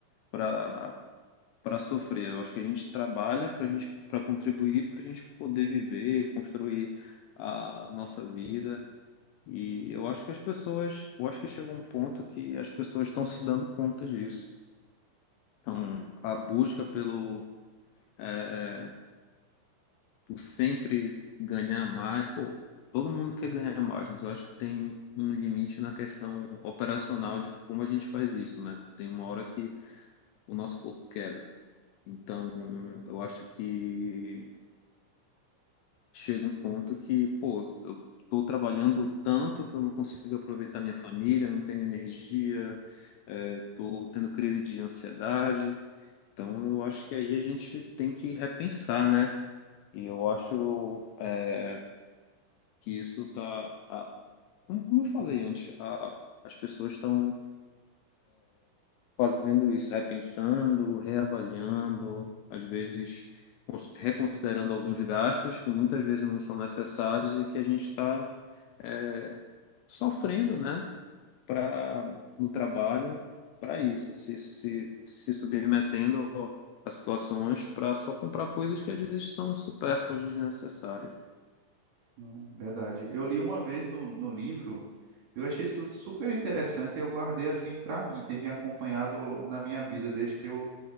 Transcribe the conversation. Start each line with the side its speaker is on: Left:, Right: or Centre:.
Left: para para sofrer. Eu acho que a gente trabalha para gente para contribuir, para a gente poder viver, construir a nossa vida. E eu acho que as pessoas, eu acho que chegou um ponto que as pessoas estão se dando conta disso. Então, a busca pelo, é, por sempre ganhar mais, pô, todo mundo quer ganhar mais, mas eu acho que tem um limite na questão operacional de como a gente faz isso, né? Tem uma hora que o nosso corpo quebra. Então, eu acho que chega um ponto que, pô, eu tô trabalhando tanto que eu não consigo aproveitar minha família, não tenho energia, é, tô tendo crise de ansiedade. Então, eu acho que aí a gente tem que repensar, né? E eu acho, é, que isso tá, a- como como eu falei antes, a- as pessoas estão fazendo isso, repensando, reavaliando, às vezes cons- reconsiderando alguns gastos que muitas vezes não são necessários e que a gente está é, sofrendo, né, para no trabalho, para isso, se, se, se submetendo a situações para só comprar coisas que às vezes são supérfluas, desnecessárias.
Right: Não é Verdade. Eu li uma vez no, no livro, eu achei isso super interessante e eu guardei assim para mim, tem me acompanhado ao longo da minha vida, desde que eu